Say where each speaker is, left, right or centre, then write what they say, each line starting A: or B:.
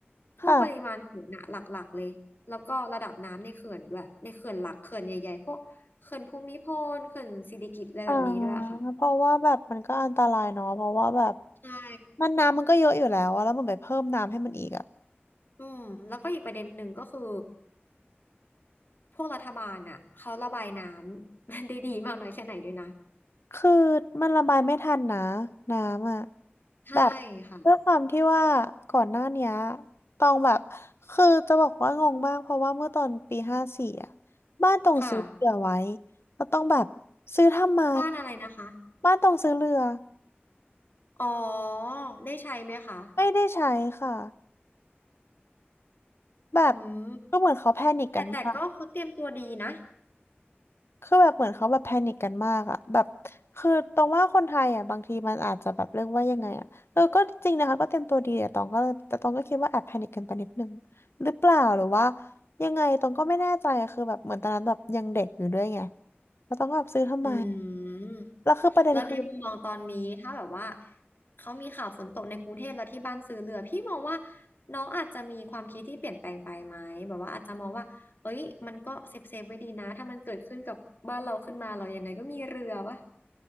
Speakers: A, on the left; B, on the left.
A: พวกปริมาณฝนอะหลักๆเลยแล้วก็ระดับน้ำในเขื่อนด้วยในเขื่อนหลักเขื่อนใหญ่ๆพวกเขื่อนภูมิพลเขื่อนสิริกิติ์อะไรแบบนี้ด้วยอะค่ะ
B: ค่ะอ่าเพราะว่าแบบมันก็อันตรายเนาะเพราะว่าแบบ
A: ใช่
B: มันน้ำมันก็เยอะอยู่แล้วอะแล้วมันไปเพิ่มน้ำให้มันอีกอะ
A: อืมแล้วก็อีกประเด็นหนึ่งก็คือพวกรัฐบาลอะเขาระบายน้ำ <laughs> ได้ดีมากน้อยแค่ไหนด้วยนะ
B: คือมันระบายไม่ทันนะน้ำอ่ะ
A: ใช่
B: แบบ
A: ค่ะ
B: ด้วยความที่ว่าก่อนหน้าเนี้ยตองแบบคือจะบอกว่างงมากเพราะว่าเมื่อตอนปีห้าสี่อ่ะบ้านตองซื้อเรือไว้
A: ค่ะ
B: แล้วต้องแบบซื้อทำไม
A: บ้านอะไรนะคะ
B: บ้านตองซื้อเรือ
A: อ๋อได้ใช้ไหมคะ
B: ไม่ได้ใช้ค่ะแบบ
A: อืม
B: ก็เหมือนเขาแพนิคกันมาก
A: แต่แต่ก็เขาเตรียมตัวดีนะ
B: คือแบบเหมือนเขาแบบแพนิคกันมากอะแบบคือตรงว่าคนไทยอะบางทีมันอาจจะแบบเรียกว่ายังไงอะเออก็จริงนะคะก็เตรียมตัวดีแต่ตองก็เลยแต่ตองก็คิดว่าแอบแพนิคกันไปนิดนึงหรือเปล่าหรือว่ายังไงตองก็ไม่แน่ใจอะคือแบบเหมือนตอนนั้นแบบยังเด็กอยู่ด้วยไงแล้วตองก็แบบซื้อทำไม
A: อืม
B: แล้วคือประเด็นคือ
A: แล้วในมุมมองตอนนี้ถ้าแบบว่าเขามีข่าวฝนตกในกรุงเทพแล้วที่บ้านซื้อเรือพี่มองว่าน้องอาจจะมีความคิดที่เปลี่ยนแปลงไปไหมแบบว่าอาจจะมองว่าเอ้ยมันก็เซฟเซฟไว้ดีนะถ้ามันเกิดขึ้นกับบ้านเราขึ้นมาเราอย่างไรก็มีเรือวะ